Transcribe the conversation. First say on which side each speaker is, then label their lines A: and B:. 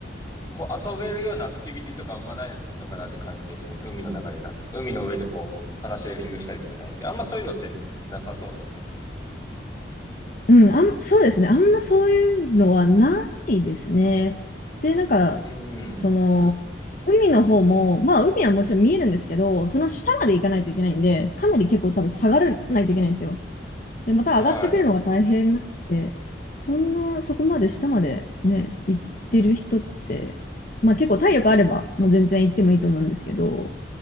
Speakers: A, on the left; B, on the left.
A: こう遊べるようなアクティビティとかあんまないのかなって感じですね。海の中でな。海の上でこう、パラシェーリングしたりとかじゃないですけど、あんまそういうのってなさそうですね。
B: うん、あん、そうですね。あんまそういうのはないですね。で、なんか、
A: う
B: その、
A: ん。
B: 海の方も、まあ、海はもちろん見えるんですけど、その下まで行かないといけないんで、かなり結構多分下がらないといけないんですよ。で、また上がってくるのが大変なんで、
A: は
B: そんな、そこまで下までね、行ってる人って、まあ結構体力あれば、もう全然行ってもいいと思うんですけど、